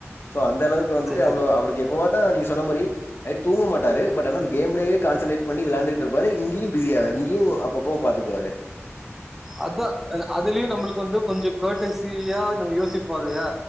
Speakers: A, on the left (about 50°); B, in the centre.
A: சோ அந்த அளவுக்கு வந்துட்டு
B: சரி
A: அவ்ளவு
B: சரி
A: அவருக்கு எப்பவாத் தா நீங்க சொன்ன மாரி நைட்டு தூங்க மாட்டாரு பட் ஆன அந்த கேம்லயே கான்சன்ரேட் பண்ணி வெளாண்டுகுட்ருபாரு இங்கியு பிஸியாய் இங்கியு அப்பப்போ பாத்துக்குவாரு
B: அதா அதுலயு நம்பளுக்கு வந்து கொஞ்சோ கேட்டசியா நம்ப யோசிப்போல்லியா